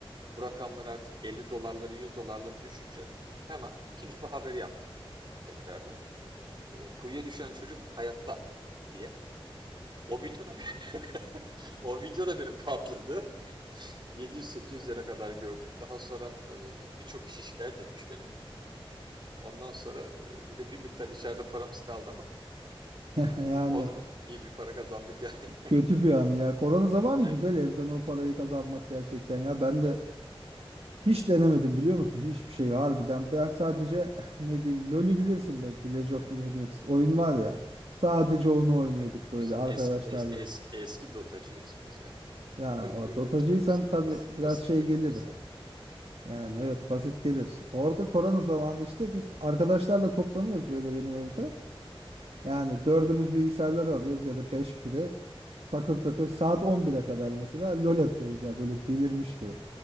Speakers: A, on the right (about 50°); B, on the right (about 75°).
A: bu rakamlar artık 50 dolarları 100 dolarları düşünce hemen ikinci bir haber yaptım tekrardan. E, kuyuya düşen çocuk hayatta diye. O video da, <laughs> o video da benim patladı. 700-800 lira kadar gördük. Daha sonra e, birçok kişi şikayet etmiş beni. Ondan sonra e, yine bir miktar içeride paramız kaldı ama e,
B: Yani
A: yine o da iyi bir para kazandık yani.
B: kötü bir anı ya. Korona zamanı
A: <laughs> Aynen.
B: güzel evden o parayı kazanmak gerçekten ya. Ben de hiç denemedim biliyor musun? Hiçbir şey harbiden. Ben sadece <laughs> ne diyeyim LoL'ü bilirsin belki. League of Legends oyun var ya. Sadece
A: Aha.
B: onu oynuyorduk böyle
A: Biz
B: arkadaşlarla.
A: eski eski eski, eski dotacıyız biz ya.
B: Ya
A: LoL
B: o
A: e,
B: Dotacıysan
A: çok basit
B: tabii
A: basit
B: biraz
A: basit
B: şey
A: geliyor
B: gelir.
A: bize.
B: Yani evet basit gelir. Orada korona zamanı işte biz arkadaşlarla toplanıyoruz böyle benim evde. Yani dördümüz bilgisayarları alıyoruz ya da beş biri takır takır
A: Hı
B: saat
A: hı,
B: 11'e kadar mesela lol atıyoruz ya böyle delirmiş gibi.